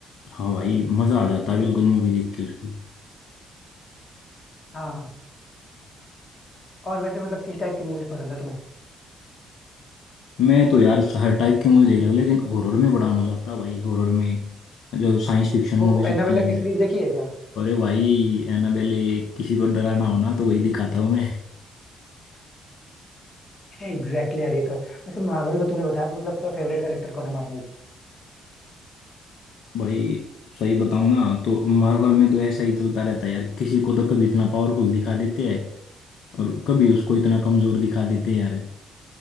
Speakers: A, on the left; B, on the left.
A: हाँ भाई मजा आ जाता है बिल्कुल मूवी देख के उसकी
B: हाँ और वैसे मतलब किस टाइप की मूवीज पसंद है तुम्हें
A: मैं तो यार हर टाइप की मूवी देख रहा हूँ लेकिन हॉरर में बड़ा मजा आता है भाई हॉरर में जो साइंस फिक्शन मूवीज
B: वो
A: होती
B: एनाबेला की
A: हैं
B: सीरीज देखी है क्या
A: अरे भाई एनाबेले किसी को डराना हो ना तो वही दिखाता हूँ मैं
B: एग्जैक्टली यार ये तो है वैसे मार्वल में तूने बताया मतलब तेरा फेवरेट कैरेक्टर कौन है मार्वल
A: भाई सही बताऊँ ना तो मार्वल में तो ऐसा ही चलता रहता है यार किसी को तो कभी इतना पावरफुल दिखा देते हैं और कभी उसको इतना कमजोर दिखा देते हैं यार